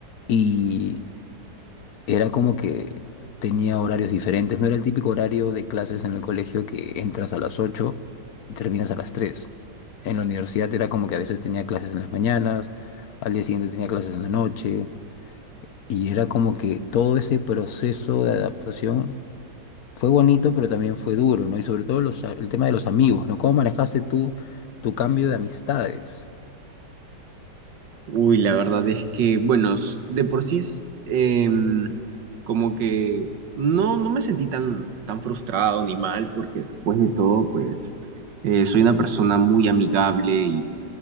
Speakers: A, on the left; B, on the right.
A: y era como que tenía horarios diferentes, no era el típico horario de clases en el colegio que entras a las 8 y terminas a las tres En la universidad era como que a veces tenía clases en las mañanas, al día siguiente tenía clases en la noche, y era como que todo ese proceso de adaptación fue bonito, pero también fue duro, ¿no? Y sobre todo los a- el tema de los amigos, ¿no? ¿Cómo manejaste tú tu cambio de amistades?
B: Uy, la verdad es que, bueno, s- de por sí, s- em, como que no, no me sentí tan, tan frustrado ni mal, porque después de todo, pues, eh, soy una persona muy amigable y,